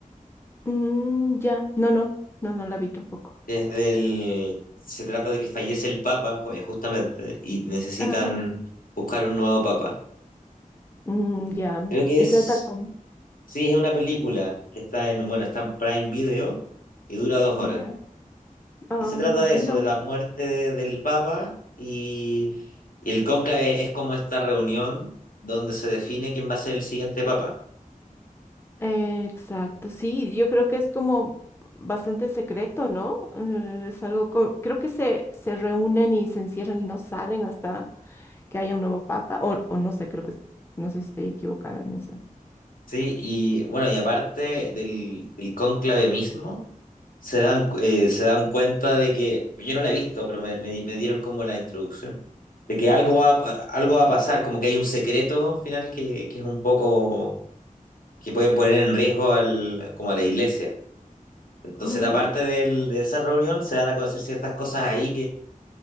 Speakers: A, on the left (about 15°); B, on the left (about 75°).
A: Mm, ya, no, no, no, no la vi tampoco.
B: Es del... Se trata de que fallece el Papa, ju- justamente, y necesitan
A: Ajá.
B: buscar un nuevo Papa.
A: Mm, ya,
B: Creo que
A: y
B: es...
A: trata con,
B: Sí, es una película. Está en, bueno, está en Prime Video y dura dos horas.
A: ya, ah,
B: Y se
A: me
B: trata
A: imagino.
B: de eso, de la muerte de- del Papa y, y el cónclave es como esta reunión donde se define quién va a ser el siguiente Papa,
A: Eh, exacto, sí, yo creo que es como bastante secreto, ¿no? Eh, es algo, co- creo que se, se reúnen y se encierran y no salen hasta que haya un nuevo papa, o, o no sé, creo que, es- no sé si estoy equivocada en eso.
B: ¿sí? Y bueno, y aparte del, del cónclave mismo, se dan, eh, se dan cuenta de que, yo no la he visto, pero me, me- me dieron como la introducción, de que algo va, a- algo va a pasar, como que hay un secreto al final que, que es un poco, que puede poner en riesgo al, como a la iglesia. Entonces,
A: Mm,
B: aparte del- de esa reunión, se dan a conocer ciertas cosas ahí